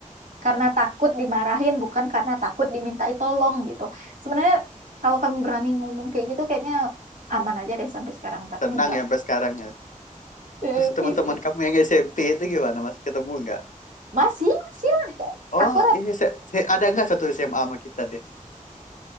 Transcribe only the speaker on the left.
Tenang
ya sampai sekarang ya.
Terus
teman-teman
kamu yang SMP itu gimana? Masih ketemu nggak?
Oh,
iya, se- se- ada nggak satu SMA sama kita deh?